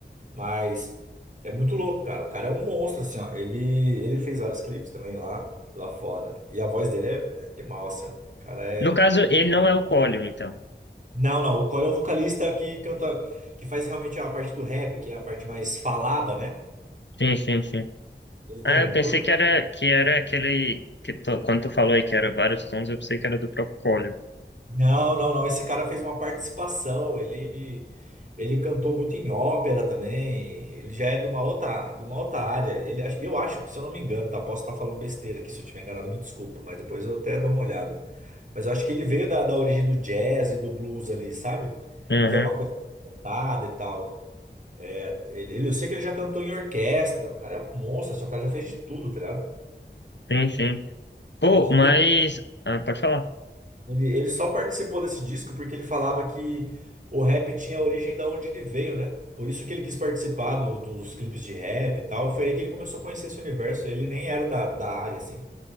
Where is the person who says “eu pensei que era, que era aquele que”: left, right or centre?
Left